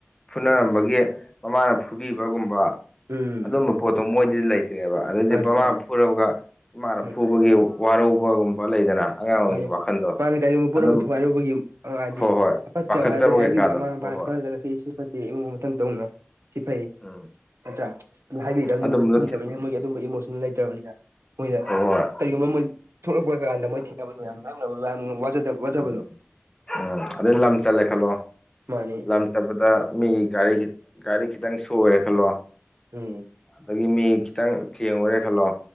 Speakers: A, on the left (about 15°); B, on the right (about 75°).
A: ꯐꯨꯅꯔꯝꯕꯒꯤ ꯃꯃꯥꯅ ꯐꯨꯕꯤꯕꯒꯨꯝꯕ꯫
B: ꯎꯝ
A: ꯑꯗꯨꯝꯕ ꯄꯣꯠꯇꯣ ꯃꯣꯏꯗꯗꯤ ꯂꯩꯇ꯭ꯔꯦꯕ ꯑꯗꯨꯗꯩꯗꯤ
B: ꯃꯥꯅꯤ
A: ꯃꯃꯥ
B: ꯃꯥꯅꯤ
A: ꯐꯨꯔꯧꯒ ꯏꯃꯥꯅ
B: ꯎꯝ
A: ꯐꯨꯕꯒꯤ ꯋꯥꯔꯧꯕꯒꯨꯝꯕ ꯂꯩꯗꯅ꯫ ꯑꯉꯥꯡ
B: <unintelligible>
A: ꯑꯣꯏꯔꯤꯉꯩꯒꯤ ꯋꯥꯈꯟꯗꯣ
B: ꯃꯥꯅ ꯀꯔꯤꯒꯨꯝꯕ ꯄꯣꯠ
A: ꯑꯗꯨꯝ
B: ꯑꯃ ꯊꯨꯒꯥꯏꯔꯨꯕꯒꯤ ꯑ ꯍꯥꯏꯗꯤ
A: ꯍꯣꯏ ꯍꯣꯏ
B: ꯐꯠꯇꯕ
A: ꯄꯥꯈꯠꯆꯕ
B: ꯍꯥꯏꯕꯩ ꯍꯥꯏꯕꯒꯤ
A: ꯀꯩꯀꯥꯗꯣ
B: ꯃꯃꯥ ꯃꯄꯥꯅ
A: ꯍꯣꯏ ꯍꯣꯏ
B: ꯈꯜꯂꯒ ꯁꯤ ꯁꯤ ꯐꯠꯇꯦ ꯏꯕꯨꯡꯉꯣ ꯃꯊꯪ ꯇꯧꯅꯣ꯫ ꯁꯤ ꯐꯩ,
A: ꯎꯝ
B: ꯅꯠꯇ꯭ꯔꯥ? ꯑꯗꯨ ꯍꯥꯏꯕꯤꯗꯕꯅꯤꯅꯦ
A: ꯑꯗꯨꯝꯕꯗꯣ
B: ꯃꯣꯏ ꯈꯪꯗꯕꯅꯤꯅ
A: ꯊꯤ-
B: ꯃꯣꯏꯒꯤ ꯑꯗꯨꯝꯕ ꯏꯃꯣꯁꯅꯦꯜ ꯂꯩꯇ꯭ꯔꯕꯅꯤꯅ꯫ ꯃꯣꯏꯗ
A: ꯍꯣꯏ ꯍꯣꯏ
B: ꯀꯔꯤꯒꯨꯝꯕ ꯃꯣꯏ ꯊꯣꯛꯂꯛꯄ ꯀꯥꯟꯗ ꯃꯣꯏ ꯊꯦꯡꯅꯕꯗꯣ ꯌꯥꯝ <unintelligible> ꯌꯥꯝ ꯋꯥꯖꯗꯕ ꯋꯥꯖꯕꯗꯣ꯫
A: ꯎꯝ ꯎꯝ ꯑꯗꯩ ꯂꯝ ꯆꯠꯂꯦ ꯈꯜꯂꯣ,
B: ꯃꯥꯅꯤ
A: ꯂꯝ ꯆꯠꯄꯗ ꯃꯤꯒꯤ ꯒꯥꯔꯤꯁꯦ ꯒꯥꯔꯤ ꯈꯤꯇꯪ ꯁꯣꯛꯎꯔꯦ ꯈꯜꯂꯣ
B: ꯎꯝ
A: ꯑꯗꯒꯤ ꯃꯤ ꯈꯤꯇꯪ ꯊꯦꯡꯉꯨꯔꯦ ꯈꯜꯂꯣ